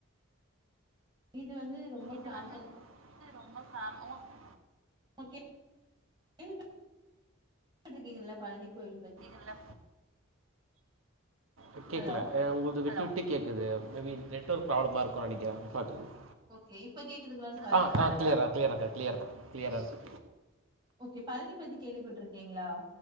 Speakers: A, on the right; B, on the right.
A: இது வந்து ரொம்ப
B: இது
A: ஃபேம
B: வந்து ரொம்ப சாம் <inaudible>
A: ஓ கேள்விப்பட்ருக்கீங்கல்ல பழனி கோயில் பத்
B: எல்லா அ கேக்கல
A: ஹலோ
B: அ உங்கள்து விட்டு விட்டு கேக்குது மேபி நெட்வொர்க் ப்ராப்ளமா இருக்கு நெனைக்கிற பாத்துக்கோங்
A: ஓகே இப்ப கேக்குதுங்களான்னு பாருங்க
B: ஆ ஆ க்ளியரா க்ளியர் அக்கா க்ளியர்க்கா க்ளியரா இருக்கு
A: ஓகே பழனி பத்தி கேள்விப்பட்ருக்கீங்ளா